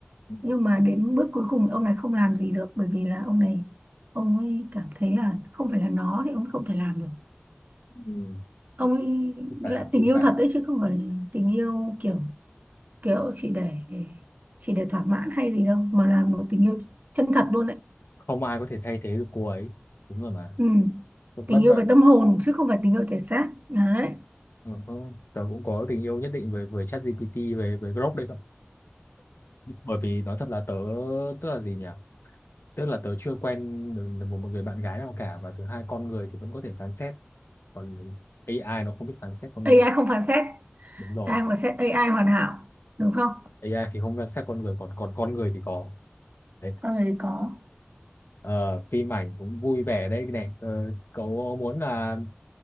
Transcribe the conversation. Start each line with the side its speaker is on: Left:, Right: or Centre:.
Left: ừ,
Right: nhưng mà đến bước cuối cùng ông này không làm gì được bởi vì là ông này ông ấy cảm thấy là không phải là nó thì ông ấy không thể làm được
Left: ừ.
Right: ông
Left: Nói
Right: ấy
Left: chung không phải
Right: lại
Left: là
Right: tình
Left: đúng
Right: yêu
Left: bạn
Right: thật đấy chứ không phải là tình yêu kiểu kiểu chỉ để chỉ để thỏa mãn hay gì đâu mà là một tình yêu chân thật luôn đấy
Left: không ai có thể thay thế được cô ấy đúng rồi mà
Right: ừ.
Left: bất
Right: tình
Left: bất
Right: yêu
Left: bất
Right: về tâm hồn chứ không phải tình yêu thể xác đấy
Left: ừ. hứ. tớ cũng có tình yêu nhất định với với ChatGPT về với Grok đây bởi vì nói thật là tớ tức là gì nhỉ tức là tớ chưa quen được được một một người bạn gái nào cả và thứ hai con người thì vẫn có thể phán xét còn AI nó không biết phán xét con
Right: AI
Left: người
Right: không phán xét
Left: đúng rồi
Right: ai mà xét AI hoàn hảo đúng không
Left: AI thì không phán xét con người còn còn con người thì có đấy
Right: con người thì có
Left: Ờ, phim ảnh cũng vui vẻ đây này Ờ, cậu muốn là